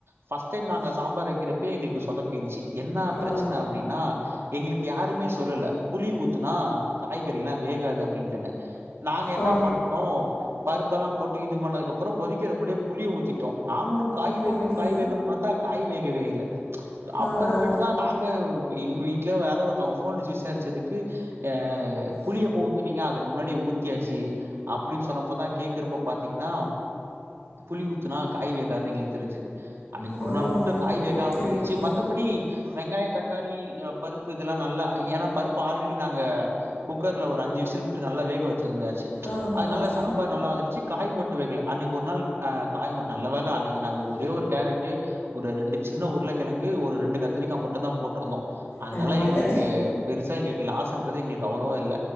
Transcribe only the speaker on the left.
ஆ
ஆ
ஓகே
ஆ ஆ
ஓ
ஓகே
ஓகே
ஆ
ஓகே
பரவால்ல